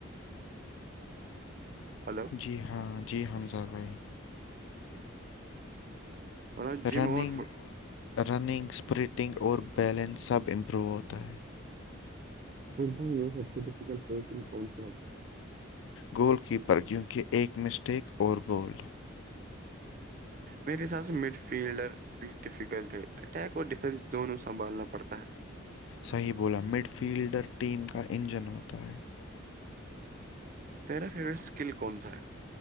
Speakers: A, on the right; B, on the left.
A: مطلب
B: جی ہاں جی حمزہ بھائی
A: ورنہ جم
B: رننگ
A: اور فٹ
B: رننگ اسپریٹنگ اور بیلنس سب امپروو ہوتا ہے
A: ف میں سب سے ڈفیکلٹشن کون س لگتی ہے
B: گول کیپر کیونکہ ایک مسٹیک اور گول
A: میرے حساب سے مڈ فیلڈر بھی ڈیفیکلٹ ہے اٹیک اور ڈیفینس دونوں سنبھالنا پڑتا ہے
B: صحیح بولا مڈ فیلڈر ٹیم کا انجن ہوتا ہے
A: تیرا فیوریٹ اسکل کون سا ہے